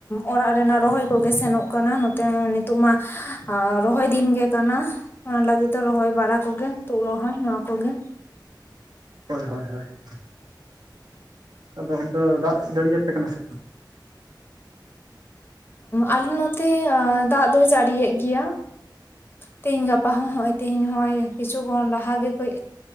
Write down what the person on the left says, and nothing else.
ᱚᱲᱟᱜ ᱨᱮᱱᱟᱜ ᱨᱚᱦᱚᱭ ᱠᱚᱜᱮ ᱥᱮᱱᱚᱜ ᱠᱟᱱᱟ ᱱᱚᱛᱮ ᱱᱤᱛᱚᱜ ᱢᱟ ᱨᱚᱦᱚᱭ ᱫᱤᱱ ᱜᱮ ᱠᱟᱱᱟ᱾ ᱚᱱᱟ ᱞᱟᱹᱜᱤᱫ ᱫᱚ ᱨᱚᱦᱚᱭ ᱵᱟᱲᱟ ᱠᱚᱜᱮ ᱛᱩᱫ ᱨᱚᱦᱚᱭ ᱱᱚᱣᱟ ᱠᱚᱜᱮ ᱾
ᱟᱞᱮ ᱱᱚᱛᱮ ᱫᱟᱜ ᱫᱚᱭ ᱡᱟᱹᱲᱤᱭᱮᱫ ᱜᱮᱭᱟ᱾ ᱛᱮᱦᱤᱧ ᱜᱟᱯᱟ ᱦᱚᱸ ᱱᱚᱜ-ᱚᱭ ᱛᱮᱦᱤᱧ ᱱᱚᱜ-ᱚᱭ ᱠᱤᱪᱷᱩ ᱠᱷᱚᱱ ᱞᱟᱦᱟ ᱜᱮ ᱠᱟᱹᱡ